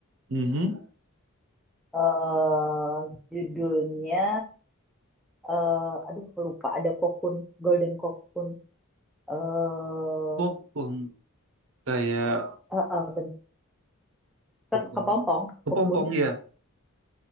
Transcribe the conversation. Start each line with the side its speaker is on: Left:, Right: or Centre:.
Right: Mhm.
Centre: eh judulnya eh aduh lupa ada kokun Golden Kokun eh
Right: Kokon kayak
Centre: eh, eh, ben-
Right: kokon
Centre: ke- kepompong
Right: kepompong
Centre: kokun
Right: ya.